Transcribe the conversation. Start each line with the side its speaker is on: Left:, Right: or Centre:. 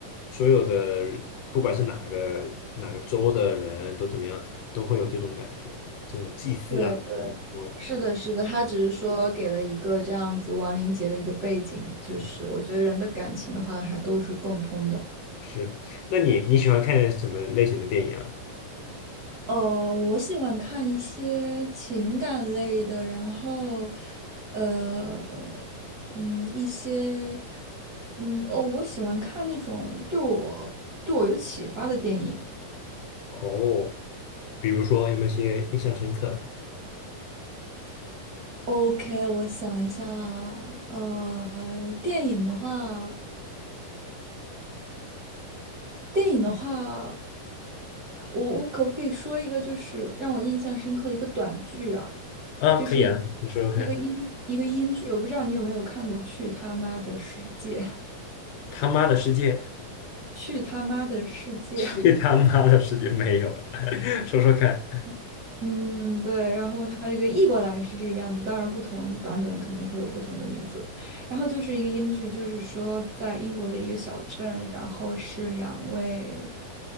Left: 所有的，不管是哪个哪个州的人都怎么样，都会有这种感觉，这种祭祀啊，
Right: 对对，
Left: 然后
Right: 是的，是的，他只是说给了一个这样子亡灵节的一个背景，就是我觉得人的感情的话还都是共通的。
Left: 嗯是，那你你喜欢看什么类型的电影啊？
Right: 呃，我喜欢看一些情感类的，然后，呃，嗯，一些，嗯，哦，我喜欢看那种对我对我有启发的电影。
Left: 哦，比如说有没有些印象深刻的
Right: OK，我想一下啊，呃，电影的话，电影的话，我我可不可以说一个就是让我印象深刻的一个短剧啊？
Left: 啊，
Right: 就是一
Left: 可以啊，你说说看，
Right: 一个英一个英剧，我不知道你有没有看过去他妈的世界》
Left: 他妈的世界，
Right: 去他妈的世界，
Left: 去他妈的世界没有，<laughs> 说说看，
Right: <laughs> 嗯，对，然后他这个译过来是这个样子，当然不同版本可能会有不同的名字。然后就是一个英剧，就是说在英国的一个小镇，然后是两位